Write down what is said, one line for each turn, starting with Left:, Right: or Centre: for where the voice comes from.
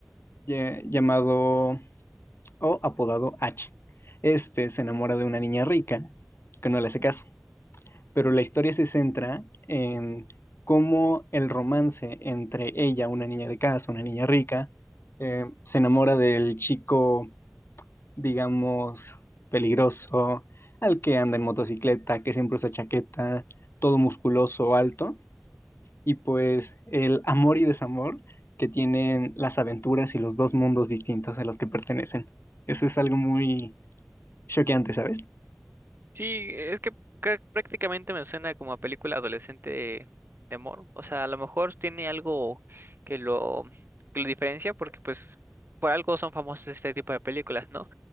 Left: lle- llamado o apodado H. Este se enamora de una niña rica que no le hace caso, pero la historia se centra en cómo el romance entre ella, una niña de casa, una niña rica, eh, se enamora del chico, digamos, peligroso, al que anda en motocicleta, que siempre usa chaqueta, todo musculoso, alto y pues el amor y desamor que tienen las aventuras y los dos mundos distintos a los que pertenecen. Eso es algo muy choqueante, ¿sabes?
Right: Sí, es que cra- prácticamente me suena como a película adolescente de, de amor. O sea, a lo mejor tiene algo que lo, que lo diferencia porque pues por algo son famosos este tipo de películas, ¿no?